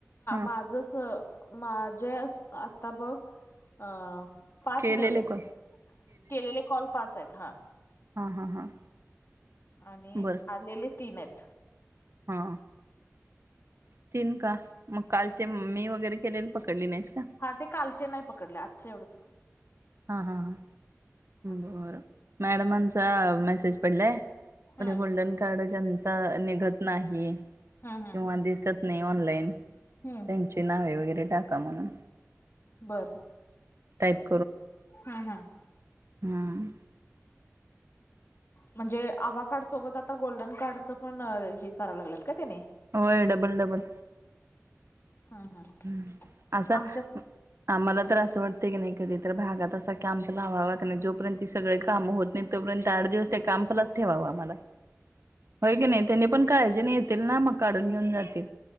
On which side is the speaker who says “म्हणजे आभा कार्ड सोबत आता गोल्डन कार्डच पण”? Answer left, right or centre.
Left